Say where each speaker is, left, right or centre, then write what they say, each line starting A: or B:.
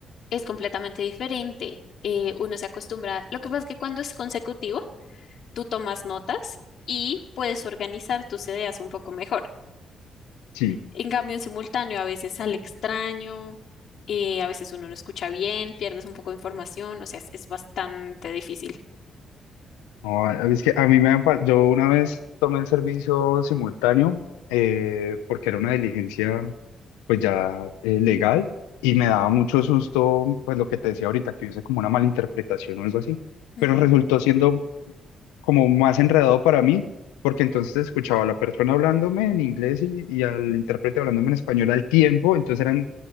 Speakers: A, on the left; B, on the left.
A: es completamente diferente. Eh, uno se acostumbra. Lo que pasa es que cuando es consecutivo, tú tomas notas y puedes organizar tus ideas un poco mejor.
B: Sí.
A: En cambio, en simultáneo, a veces sale extraño, eh, a veces uno no escucha bien, pierdes un poco de información, o sea, es, es bastante difícil.
B: No, a- es que a mí me, ha pa- yo una vez tomé el servicio simultáneo eh, porque era una diligencia pues ya eh, legal y me daba mucho susto, pues lo que te decía ahorita, que hubiese como una mala interpretación o algo así,
A: Ujú,
B: pero resultó siendo como más enredado para mí, porque entonces escuchaba a la persona hablándome en inglés y, y al
A: ujú.
B: intérprete hablándome en español al tiempo, entonces eran